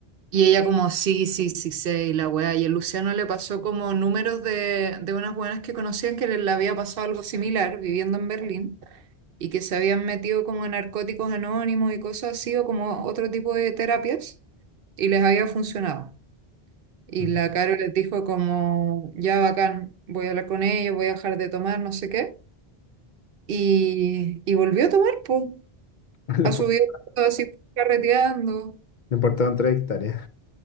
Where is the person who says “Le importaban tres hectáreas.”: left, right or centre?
Left